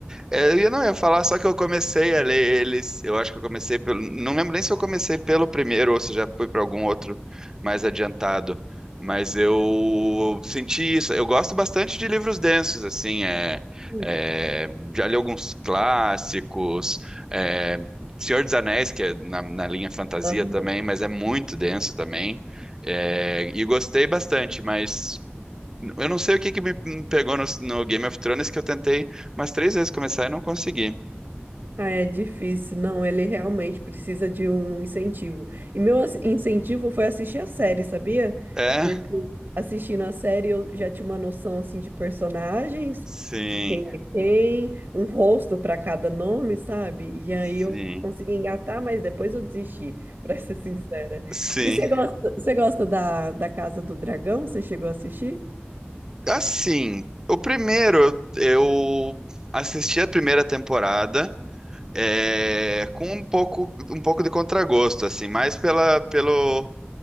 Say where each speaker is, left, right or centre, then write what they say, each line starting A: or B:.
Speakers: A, on the right; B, on the right.
A: É, eu não ia falar, só que eu comecei a ler eles. Eu acho que eu comecei pelo. Não lembro nem se eu comecei pelo primeiro ou se já fui para algum outro mais adiantado. Mas eu senti isso. Eu gosto bastante de livros densos, assim. É,
B: Hum,
A: é, já li alguns clássicos. é, Senhor dos Anéis, que é na, na linha fantasia
B: aham.
A: também, mas é muito denso também. é, e gostei bastante, mas. Eu não sei o que que me me pegou no, no Game of Thrones que eu tentei umas três vezes começar e não consegui.
B: Ah, é difícil. Não, ele realmente precisa de um incentivo. E meu ass- incentivo foi assistir a série, sabia?
A: É,
B: Porque assistindo a série eu já tinha uma noção assim de personagens,
A: sim,
B: de quem é quem, um rosto para cada nome, sabe? E aí
A: sim,
B: eu consegui engatar, mas depois eu desisti, <laughs> para ser sincera.
A: sim.
B: E você gosta, você gosta da, da Casa do Dragão? Você chegou a assistir?
A: Assim, o primeiro eu, eu assisti a primeira temporada é, com um pouco, um pouco de contragosto, assim, mais pela pelo